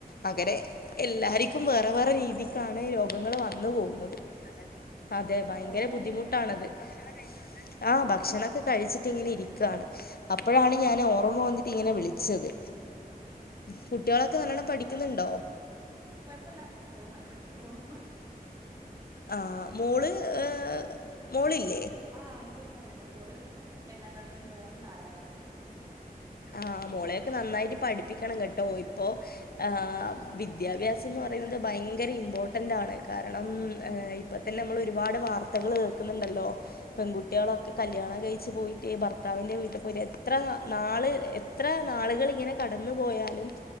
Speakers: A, on the left; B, on the right.
A: അങ്ങനെ എല്ലാർ ക്കും വേറെ
B: ഉം
A: വേറെ രീതിക്കാണ് രോഗങ്ങള് വന്ന് പോകുന്നത്. അതെ ഭയങ്കര
B: ഭക്ഷണം
A: ബുദ്ധിമുട്ടാണത്
B: കഴിച്ചോ ന്നിട്ട്
A: ഭക്ഷണം കഴിച്ചോ ആഹ് ഭക്ഷണവൊക്കെ കഴിച്ചിട്ട് ഇങ്ങനെ ഇരിക്കാണ് അപ്പഴാണ്
B: ആഹ്
A: ഞാന് ഓർ ർമ്മ വന്നിട്ടിങ്ങനെ വിളിച്ചത്
B: ഉം
A: കുട്ടികളൊക്കെ നല്ലോണം പഠിക്കുന്നുണ്ടോ
B: കൊഴപ്പവില്ല പോവുന്നു അങ്ങനെ പഠിച്ചു പോണു
A: ആഹ് മോള് ഏ മോളില്ലേ
B: ആഹ് എനിക്കൊരു മോളുണ്ട് മോള് രണ്ടാം ക്ലാസ് ല് മോന് നാ നാലാം ക്ലാസ്സിലുംആണ്.
A: ആഹ് മോളയൊക്കെ നന്നായിട്ട് പഠിപ്പിക്കണം കെട്ടോ ഇപ്പൊ. ആഹ്
B: ഓക്കെ
A: വിദ്യാഭ്യാസംന്ന് പറയുന്നത് ഭയങ്കര ഇമ്പോർട്ടന്റാണ് കാരണം
B: ആഹ്
A: ഏഹ് ഇപ്പൊ തന്നെ നമ്മളൊരുപാട് വാർത്തകള് കേക്ക്‌ന്നുണ്ടല്ലോ? പെങ്കുട്ടിയേളൊക്കെ കല്യാണം കഴിച്ച് പോയിട്ടേ ഭർത്താവിന്റെ വീ ട്ട്പോയിട്ട് എത്ര നാള് എത്ര നാള്കളിങ്ങനെ കടന്നു പോയാലും